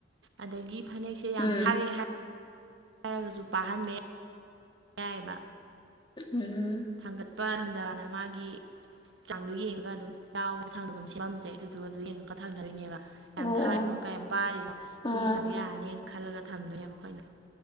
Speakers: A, on the right; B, on the left.
A: ꯑꯗꯒꯤ ꯐꯅꯦꯛꯁꯦ ꯌꯥꯝ
B: ꯎꯝ
A: ꯊꯥꯔꯛꯑꯦ ꯍꯥꯏꯔ ꯍꯥꯏꯔꯒꯁꯨ ꯄꯥꯍꯟꯕ ꯌꯥꯢ ꯌꯥꯏꯑꯦꯕ
B: ꯎꯝ
A: ꯊꯥꯡꯒꯠꯄ ꯊꯥꯡꯗꯕꯅ ꯃꯥꯒꯤ ꯆꯥꯡꯗꯣ ꯌꯦꯡꯉꯒ ꯑꯗꯨꯝ ꯌꯥꯥꯎꯋꯦꯅ ꯊꯥꯡꯗ ꯑꯗꯨꯝ ꯁꯦꯝꯃꯦ ꯁꯦ ꯑꯗꯨꯗꯨ ꯑꯗꯨ ꯌꯦꯡꯉꯒ ꯊꯥꯡꯗꯔꯤꯅꯦꯕ ꯀꯌꯥꯝ
B: ꯑꯣ
A: ꯊꯥꯔꯤꯅꯣ
B: ꯑꯣ
A: ꯀꯌꯥꯝ ꯄꯥꯔꯤꯅꯣ
B: ꯑꯣ
A: ꯁꯤꯒꯤ ꯆꯥꯡꯗ ꯌꯥꯔꯅꯤꯅ ꯈꯜꯂꯒ ꯊꯝꯗꯣꯏꯅꯦꯕ ꯑꯈꯣꯏꯅ